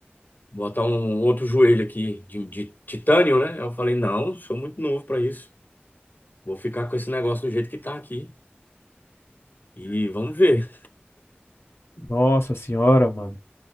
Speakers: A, on the left (about 50°); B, on the left (about 80°).
A: Botar um outro joelho aqui de, de titânio, né? Eu falei, não, sou muito novo pra isso. Vou ficar com esse negócio do jeito que tá aqui. E vamos ver.
B: nossa senhora, mano.